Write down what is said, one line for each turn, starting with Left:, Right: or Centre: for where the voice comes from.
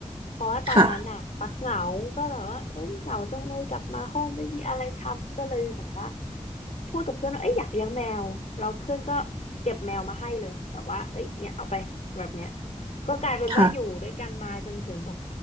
Left: เพราะว่าตอนนั้นอ่ะตักเหงาก็แบบว่าเอ้ยเหงาจังเลยกลับมาห้องไม่มีอะไรทำก็เลยแบบว่า
Right: ค่ะ
Left: พูดกับเพื่อนว่าเอ้ยอยากเลี้ยงแมวแล้วเพื่อนก็เก็บแมวมาให้เลยแบบว่าเอ้ยเนี่ยเอาไปแบบเนี้ย ก็กลายเป็นว่าอยู่ด้วยกันมาจนถึงแบบ
Right: ค่ะ